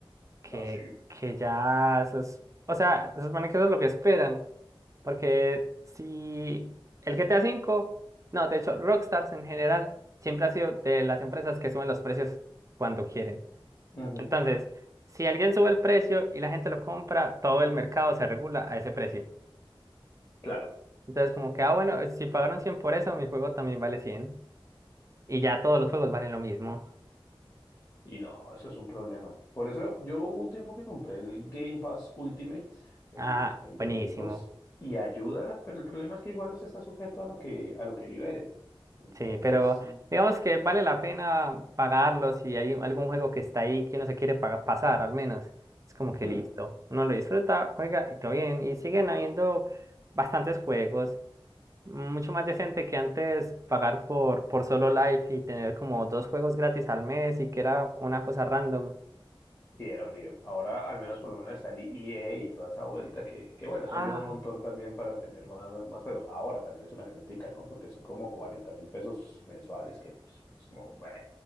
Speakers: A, on the right; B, on the left.
A: que,
B: Ah, sí.
A: que ya eso es, o sea, se supone que eso es lo que esperan, porque si el GTA cinco no, de hecho, Rockstars en general siempre ha sido de las empresas que suben los precios cuando quieren.
B: Ujú,
A: Entonces, si alguien sube el precio y la gente lo compra, todo el mercado se regula a ese precio.
B: Claro.
A: Entonces, como que, ah, bueno, eh, si pagaron 100 por eso, mi juego también vale 100 y ya todos los juegos valen lo mismo.
B: Y no, eso es un problema. Por eso yo hubo un tiempo que compré el Game Pass Ultimate, el
A: Ah,
B: de, el
A: buenísimo.
B: del Xbox, y ayuda, pero el problema es que igual usted está sujeto a lo que, a lo que liberen. Entonces,
A: Sí, pero
B: mm,
A: digamos que vale la pena pagarlo si hay un- algún juego que está ahí que uno se quiere paga- pasar, al menos. Es como que
B: hmm,
A: listo. Uno lo disfruta, juega y todo bien. Y siguen habiendo bastantes juegos. Mucho más decente que antes pagar por, por solo Life y tener como dos juegos gratis al mes y que era una cosa random.
B: sí era un lío. Ahora al menos por lo menos está el EA y toda esa vuelta que, que bueno, eso
A: Ah,
B: ayuda un montón también para tener más, más juegos. Ahora también es una rentica, ¿no? Porque son como 40 mil pesos mensuales que pues, es como, bueno,